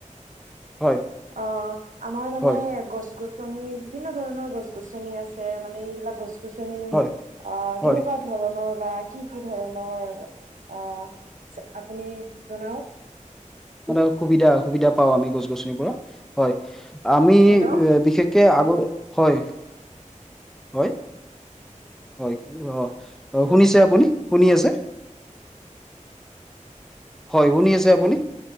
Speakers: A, in the centre; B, on the right (about 75°).
A: হয়।
B: অ' আমাৰ মানে
A: হয়
B: গছ-গছ গছনি বিভিন্ন ধৰণৰ গছ-গছনি আছে মানে এইবিলাক গছ-গছনি
A: হয়
B: অ'
A: হয়
B: কেনেকুৱা কি ধৰণৰ বা কি কি ধৰণৰ আহ' আপুনি জনাওক?
A: মানে সুবিধা সুবিধা পাও আমি গছ-গছনি পৰা। হয় আমি
B: হেল্ল'
A: বিশেষ কে আগৰ হয়। হয় হয়, অ' শুনিছে আপুনি শুনি আছে? হয়, শুনি আছে আপুনি?